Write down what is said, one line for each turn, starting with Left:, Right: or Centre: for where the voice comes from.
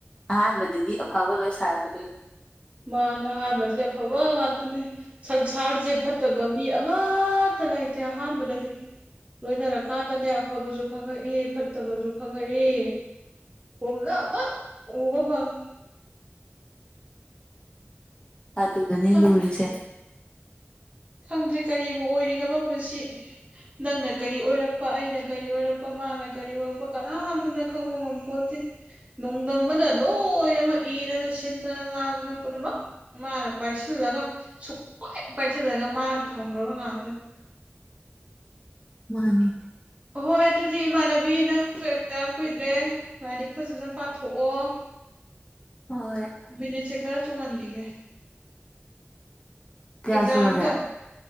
Left: ꯑꯍꯥꯟꯕꯗꯗꯤ ꯑꯐꯕ ꯂꯣꯏ ꯁꯥꯔꯛꯀꯗꯣꯏꯅꯤ
Right: ꯃꯥꯅꯦ ꯑꯍꯥꯟꯕꯗꯗꯤ ꯑꯐꯕ ꯉꯥꯛꯇꯅꯤ ꯁꯪꯁꯥꯔꯖꯦ ꯐꯠꯇꯕ ꯃꯤ ꯑꯃꯠꯇ ꯂꯩꯇꯦ ꯑꯍꯥꯟꯕꯗꯗꯤ ꯂꯣꯏꯅꯔꯀꯥꯟꯗꯅꯦ ꯑꯐꯕꯖꯨ ꯈꯪꯉꯛꯏ ꯐꯠꯇꯕꯖꯨ ꯈꯪꯉꯛꯏ ꯄꯨꯝꯅꯃꯛ ꯎꯕ ꯐꯪꯏ
Left: ꯑꯗꯨꯗꯅꯦ
Right: ꯈꯪꯗ꯭ꯔꯦ
Left: ꯂꯨꯔꯤꯁꯦ
Right: ꯈꯪꯗ꯭ꯔꯦ ꯀꯔꯤꯕꯨ ꯑꯣꯏꯔꯤꯒꯕ ꯄꯨꯟꯁꯤ ꯅꯪꯅ ꯀꯔꯤ ꯑꯣꯏꯔꯛ ꯑꯩꯅ ꯀꯔꯤ ꯑꯣꯏꯔꯛꯄ ꯃꯥꯅ ꯀꯔꯤ ꯑꯣꯏꯔꯛꯄ ꯀꯅꯥꯝꯇꯅ ꯈꯪꯕ ꯉꯝꯕ ꯄꯣꯠꯇꯦ ꯅꯣꯡꯗꯝꯝꯕꯅ ꯂꯣꯏꯅꯃꯛ ꯏꯔꯅ ꯁꯤꯟꯗꯅ ꯂꯥꯡꯗꯅ ꯄꯨꯝꯅꯃꯛ ꯃꯥꯅ ꯄꯥꯏꯁꯤꯜꯂꯒ ꯁꯨꯛꯄꯥꯏ ꯄꯥꯏꯁꯤꯜꯂꯒ ꯃꯥꯅ ꯊꯝꯒ꯭ꯔꯕ ꯉꯥꯛꯇꯅꯤ
Left: ꯃꯥꯅꯦ
Right: ꯑꯍꯣꯏ ꯑꯗꯨꯗꯤ ꯏꯃꯥꯟꯅꯕꯤ ꯅꯪꯖꯨ ꯑꯦꯛꯖꯥꯝ ꯀꯨꯏꯗ꯭ꯔꯦ ꯂꯥꯏꯔꯤꯛ ꯐꯖꯅ ꯄꯥꯊꯣꯛꯑꯣ
Left: ꯍꯣꯏ
Right: ꯃꯤꯅꯤꯠꯖꯦ ꯈꯔ ꯆꯣꯡꯍꯟꯒꯤꯒꯦ
Left: ꯀꯌꯥ
Right: ꯑꯦꯛꯖꯥꯝꯗꯣ
Left: ꯁꯨꯔꯒꯦ